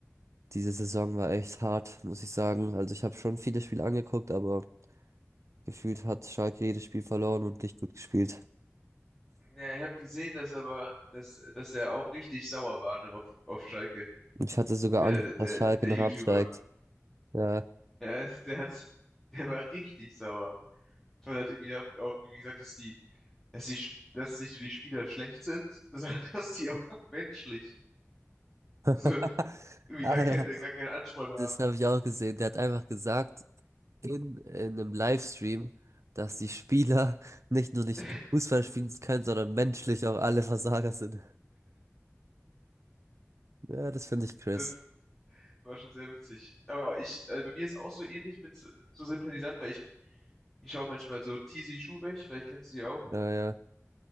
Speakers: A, on the right (about 70°); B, in the centre.
A: diese Saison war echt hart, muss ich sagen. Also ich habe schon viele Spiele angeguckt, aber gefühlt hat Schalke jedes Spiel verloren und nicht gut gespielt.
B: Ja, ich habe gesehen, dass aber, dass, dass der auch richtig sauer war, ne, auf, auf Schalke.
A: Und ich hatte sogar
B: Der,
A: Angst,
B: der, der
A: dass Schalke
B: der
A: noch
B: YouTuber.
A: absteigt. Ja,
B: Der, <laughs> der hat, der war richtig sauer. Und hat irgendwie auch, auch irgendwie gesagt, dass die dass die, Sp- dass nicht nur die Spieler schlecht sind, <laughs> sondern dass die auch menschlich so
A: <laughs>
B: irgendwie
A: Ah
B: gar keine,
A: ja.
B: gar keinen Ansporn haben.
A: das habe ich auch gesehen. Der hat einfach gesagt, in, in einem Livestream, dass die Spieler <laughs> nicht nur nicht
B: <laughs>
A: Fußball spielen können, sondern menschlich auch alle Versager sind. Ja, das finde ich Chris.
B: Das war schon sehr witzig. Aber ich, äh, bei mir ist auch so ähnlich mit so so Sympathisant, weil ich, ich schaue manchmal so Tizi Schubeck, vielleicht kennst du die auch.
A: Ja, ja.